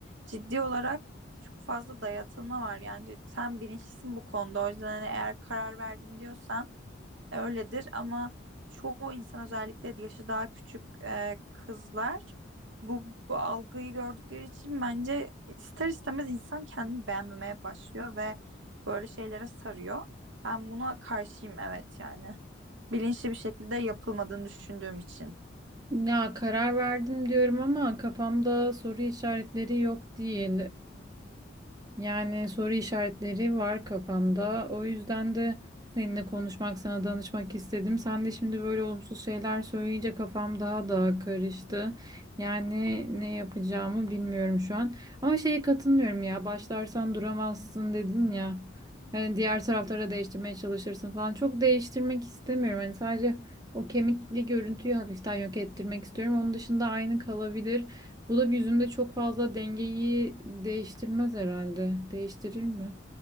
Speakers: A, on the right; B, on the right.
A: ciddi olarak çok fazla dayatılma var. Yani sen bilinçlisin bu konuda. O yüzden hani eğer karar verdim diyorsan öyledir ama çoğu insan özellikle yaşı daha küçük e, kızlar bu, bu algıyı gördükleri için bence ister istemez insan kendini beğenmemeye başlıyor ve böyle şeylere sarıyor. Ben buna karşıyım evet yani. Bilinçli bir şekilde yapılmadığını düşündüğüm için.
B: Ya karar verdim diyorum ama kafamda soru işaretleri yok değil. Yani soru işaretleri var kafamda. O yüzden de seninle konuşmak, sana danışmak istedim. Sen de şimdi böyle olumsuz şeyler söyleyince kafam daha da karıştı. Yani ne yapacağımı bilmiyorum şu an. Ama şeye katılmıyorum ya. Başlarsan duramazsın dedin ya. Hani diğer taraflara değiştirmeye çalışırsın falan. Çok değiştirmek istemiyorum. Hani sadece o kemikli görüntüyü hafiften yok ettirmek istiyorum. Onun dışında aynı kalabilir. Bu da bir yüzümde çok fazla dengeyi değiştirmez herhalde. Değiştirir mi?